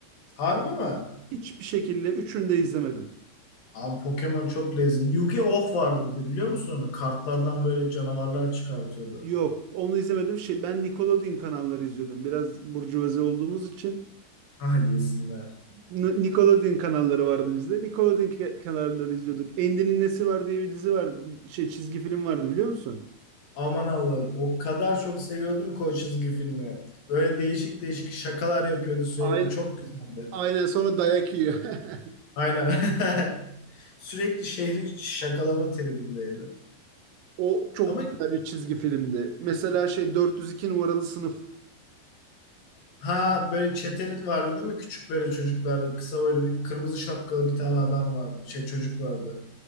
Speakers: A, on the left; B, on the right.
A: Harbi mi?
B: Hiçbir şekilde üçünü de izlemedim.
A: Abi Pokemon çok lezzetli. Yu-Gi-Oh vardı bir de biliyor musun onu? Kartlardan böyle canavarlar çıkartıyordu.
B: Yok, onu izlemedim. Şey, ben Nickelodeon kanalları izliyordum. Biraz burjuvazi olduğumuz için
A: Ah yesinler.
B: N- Nickelodeon kanalları vardı bizde. Nickelodeon ke- kanalları izliyorduk. Endi'nin Nesi Var diye bir dizi var. Şey çizgi film vardı biliyor musun?
A: Aman Allah'ım o kadar çok seviyordum ki o çizgi filmi. Böyle değişik değişik şakalar yapıyordu sürekli.
B: Aynen,
A: Çok güzeldi.
B: aynen sonra dayak yiyor. <laughs>
A: Aynen. <laughs> Sürekli şehri şakalama tribindeydi.
B: O çok
A: Ama
B: güzel bir çizgi filmdi. Mesela şey 402 numaralı sınıf.
A: Ha böyle çeteli vardı değil mi? Küçük böyle çocuklarda kısa böyle bir kırmızı şapkalı bir tane adam vardı. Şey çocuk vardı.